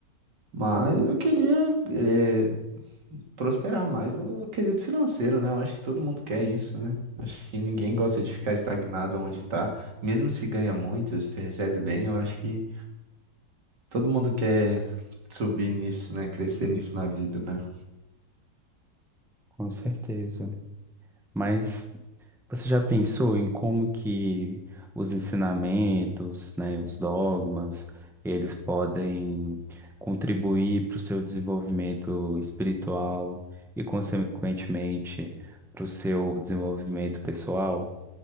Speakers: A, on the right; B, in the centre.
A: mas eu queria é, prosperar mais no quesito financeiro, né? Eu acho que todo mundo quer isso, né? Acho que ninguém gosta de ficar estagnado onde tá. Mesmo se ganha muito, se recebe bem, eu acho que todo mundo quer subir nisso, né? Crescer nisso na vida, né?
B: Com certeza. Mas você já pensou em como que os ensinamentos, né, os dogmas, eles podem contribuir para o seu desenvolvimento espiritual e, consequentemente, para o seu desenvolvimento pessoal?